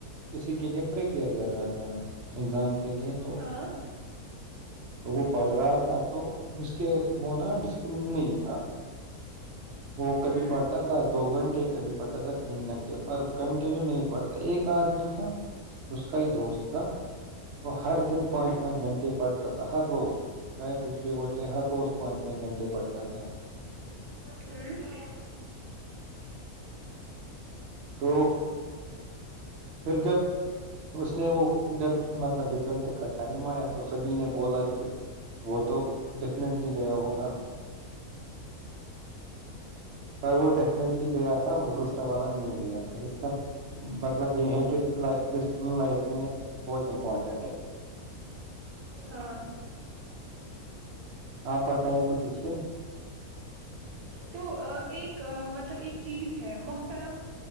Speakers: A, on the right (about 65°); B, on the right (about 80°).
A: اسسی کے لیے پریپیئر کر رہا تھا ایگزام کے لے تو
B: ہاں
A: تو وہ پڑھ رہا تھا تو اس کے وہ نا ڈسپلن نہیں تھا وہ کبھی
B: ہوں
A: پڑھتا تھا دو گھنٹے کبھی پڑھتا تھا تین گھنٹے پر کنٹینیو نہیں پڑھتا ایک آدمی تھا اس کا ہی دوست تھا وہ ہر دن
B: ہوں
A: پانچ پانچ گھنٹے پڑھتا تھا ہر روز چاہے کچھ بھی ہو جائے ہر روز پانچ پانچ گھنٹے پڑھتا تھا
B: پھر
A: تو پھر جب اس نے وہ جب مطلب ریزلٹ کا ٹائم آیا تو سبھی نے بولا کہ وہ تو ڈیفنیٹلی گیا ہوگا پر وہ ڈیفنیٹلی گیا تھا وہ دوسرا والا نہیں گیا تھا اس کا مطلب یہ ہیں کہ ڈسپلن لائف میں بہت امپارٹینٹ ہے
B: ہاں
A: آپ بتائے کچھ اس پ
B: تو ایک مطلب ایک چیز ہے محترم